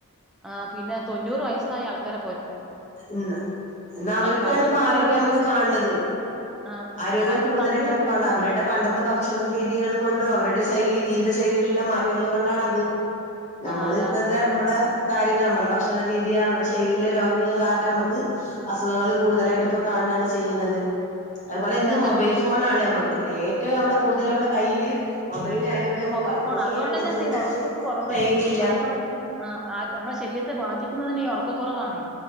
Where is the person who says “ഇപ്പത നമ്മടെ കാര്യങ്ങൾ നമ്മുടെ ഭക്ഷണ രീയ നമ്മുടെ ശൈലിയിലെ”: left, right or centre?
Left